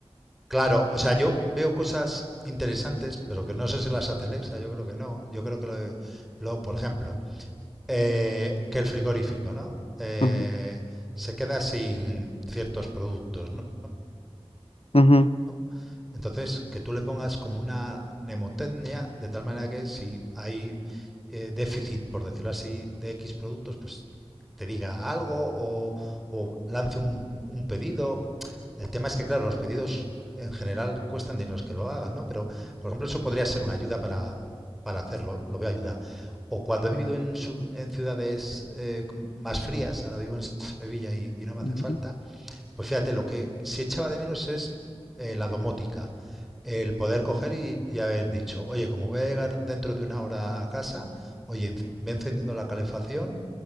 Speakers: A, in the centre; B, on the left (about 65°).
A: Claro, o sea, yo veo cosas interesantes, pero que no sé si las hace Alexa, yo creo que no. Yo creo que lo, de- lo- por ejemplo, eh, que el frigorífico, ¿no? Eh,
B: Ujú,
A: se queda sin ciertos productos, ¿no?
B: ujú,
A: ¿no? Entonces, que tú le pongas como una mnemotecnia, de tal manera que si hay eh, déficit, por decirlo así, de X productos, pues te diga algo o, o lance un, un pedido. El tema es que, claro, los pedidos en general cuestan dinero que lo hagan, ¿no? Pero, por ejemplo, eso podría ser una ayuda para, para hacerlo, lo veo ayuda. O cuando he vivido en, su- en ciudades eh, más frías, ahora vivo en Sevilla y, y no me
B: ujú,
A: hace falta, pues fíjate, lo que sí echaba de menos es eh, la domótica. El poder coger y, y haber dicho, oye, como voy a llegar dentro de una hora a casa, oye, enc- ve encendiendo la calefacción